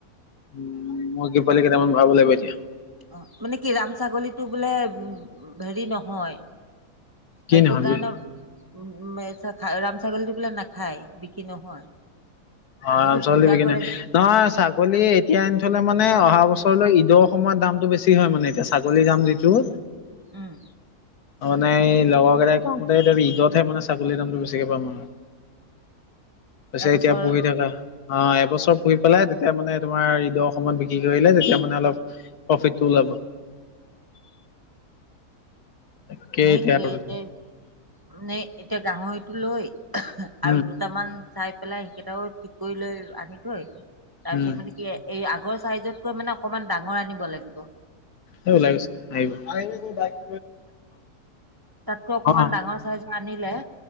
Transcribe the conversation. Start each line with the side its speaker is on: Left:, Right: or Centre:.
Left: উম, মুৰ্গী পোৱালি কেইটামান ভৰাব লাগিব এতিয়া।
Right: অ', মানে কি ৰাম ছাগলীতটো বোলে উম, হেৰি নহয়।
Left: কি
Right: সেইটো
Left: নহয়
Right: কাৰণে উম, ৰাম ছাগলীটো বোলে নাখায়। বিক্ৰী নহয়
Left: ৰমাগলি
Right: সেইটো পূজা
Left: <unintelligible>
Right: কৰে
Left: নহয়
Right: যে
Left: চা ছাগলী এতিয়া এনি থলে মানে অহা বছৰলৈ ঈদৰ সময়ত দামটো বেছি হয় মানে এতিয়া ছাগলীৰ দাম যিটো।
Right: উম'।
Left: মানে এই লগৰ কেইটাই কুৱা মতে ঈদতহে মানে ছাগলীৰ দামটো বেছিকে পাম মানে। আছে
Right: এবছৰ
Left: এতিয়া পহি থকা। অ', এবছৰ পুহি পেলাই তেতিয়া মানে তোমাৰ ঈদৰ সময়ত বিক্ৰী কৰিলে তেতিয়া মানে অলপ প্ৰফিত টো ওলাব। <unintelligible> তাকেই
Right: অ', হেটোৱেই
Left: আৰু
Right: এতিয়া, মানে এতিয়া গাহৰিটো লৈ
Left: উম
Right: আৰু দুটামান চাই পেলাই সেইকেইটাও ঠিক কৰি লৈ আনি থৈ তাৰপিছত
Left: উম
Right: মানে কি এই আগৰ চাইজতকৈ মানে অকমান ডাঙৰ আনিব লাগিব।
Left: এই ওলাই গৈছে আহিব কোতাই <unintelligible>
Right: তাতকৈ অকমান
Left: অ
Right: ডাঙৰ চাইজো আনিলে